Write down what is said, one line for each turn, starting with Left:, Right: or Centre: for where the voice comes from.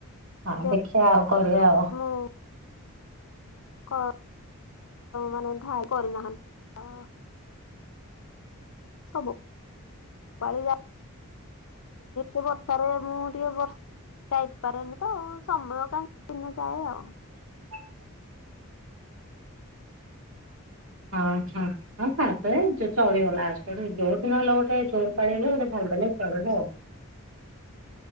Right: ହଁ
Left: ଦେ
Right: ଦେଖିବା ଆଉ କରିବା ଆଉ
Left: ମୁଁ କ ମାନେ ଥାଏ କରିନାହାନ୍ତି ଅ <unintelligible> ଏତେ ବର୍ଷାରେ ମୁଁ ଟିକେ ବର୍ଷ ଯାଇପାରେନି ତ ସମୟ କାଇଁ ଦିନେ ଯାଏ ଆଉ।
Right: <unintelligible> ଆଚ୍ଛା। ହଁ ଫାଷ୍ଟେ ଯୋ ଚଳିବ ଲାଷ୍ଟେ ରେ ଯୋଉଦିନ ହେଲେ ଗୋଟେ ଯୋଉ ପାଳିହେଲେ ଗୋଟେ <unintelligible>